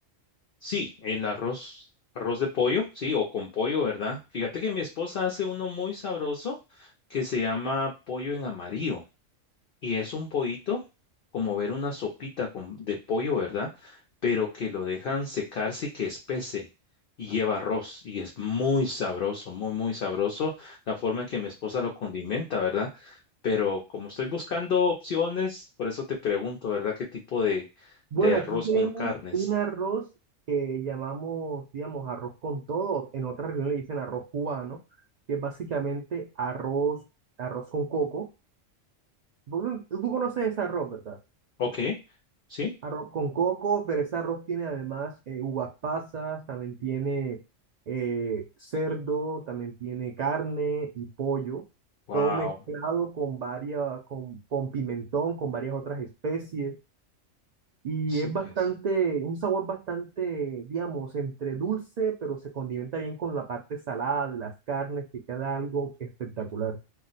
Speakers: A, on the left; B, on the right.
A: Sí, el arroz, arroz de pollo, sí, o con pollo, ¿verdad? Fíjate que mi esposa hace uno muy sabroso que se llama pollo en amarillo. Y es un pollito, como ver una sopita con- de pollo, ¿verdad? Pero que lo dejan secarse y que espese. Y lleva arroz. Y es muy sabroso, muy, muy sabroso la forma en que mi esposa lo condimenta, ¿verdad? Pero como estoy buscando opciones, por eso te pregunto, ¿verdad? ¿Qué tipo de,
B: Bueno,
A: de arroz
B: aquí tenemos
A: con carnes?
B: un arroz que llamamos, digamos, arroz con todo. En otra región le dicen arroz cubano, que es básicamente arroz, arroz con coco. Vos- Tú conoces ese arroz, ¿verdad?
A: Ok, sí.
B: Arroz con coco, pero ese arroz tiene además eh, uvas pasas, también tiene eh, cerdo, también tiene carne y pollo,
A: Wow.
B: todo mezclado con varias, con, con pimentón, con varias otras especies. Y
A: Sí,
B: es
A: pues.
B: bastante, un sabor bastante, digamos, entre dulce, pero se condimenta bien con la parte salada de las carnes, que queda algo espectacular.